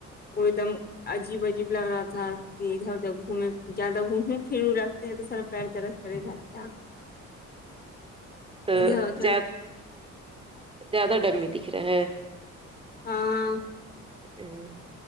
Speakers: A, on the left (about 30°); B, on the right (about 20°).
A: وہ ایک دم عجیب عجیب لگ رہا تھا ادھر ادھر گھومے زیادہ گھومے پھر یوں رکھتے ہیں تو سارا پیر درد کرے جاتا
B: تو
A: ادھر ادھر
B: زیاد زیادہ ڈمی دکھ رہا ہے
A: ہاں
B: ہوں